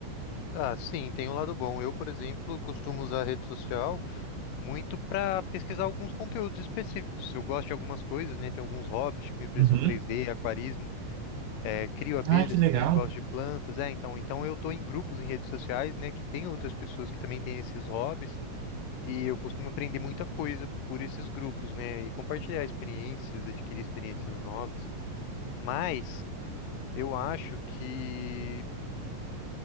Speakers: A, on the left; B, on the right.
A: Ah, sim, tem um lado bom. Eu, por exemplo, costumo usar a rede social muito para pesquisar alguns conteúdos específicos. Eu gosto de algumas coisas, né? Tem alguns hobbies, tipo impressão
B: Uhum.
A: 3D, aquarismo, eh, crio abelhas
B: Ah, que legal.
A: também, gosto de plantas. É, então, então eu tô em grupos em redes sociais, né? Que tem outras pessoas que também têm esses hobbies. E eu costumo aprender muita coisa por esses grupos, né? E compartilhar experiências, adquirir experiências novas. Mas eu acho que